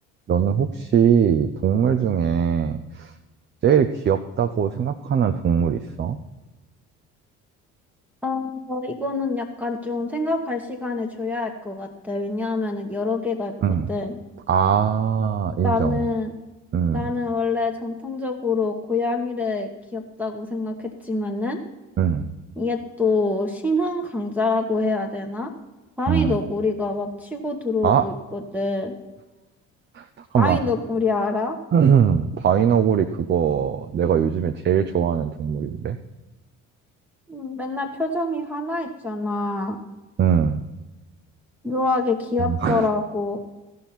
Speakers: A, on the right; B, in the centre.
A: 너는 혹시 동물 중에 제일 귀엽다고 생각하는 동물 있어?
B: 어, 이거는 약간 좀 생각할 시간을 줘야 할 것 같아. 왜냐하면은 여러 개가 있거든.
A: 응. 아,
B: 나는,
A: 인정. 응,
B: 나는 원래 정통적으로 고양이를 귀엽다고 생각했지만은
A: 응,
B: 이게 또 신흥 강자라고 해야 되나? 바위
A: 응.
B: 너구리가 막 치고 들어오고
A: 아,
B: 있거든.
A: 잠깐만.
B: 바위 너구리 알아?
A: <clears throat> 바이너구리 그거 내가 요즘에 제일 좋아하는 동물인데?
B: 음, 맨날 표정이 하나 있잖아.
A: 응.
B: 묘하게 귀엽더라고.
A: 아,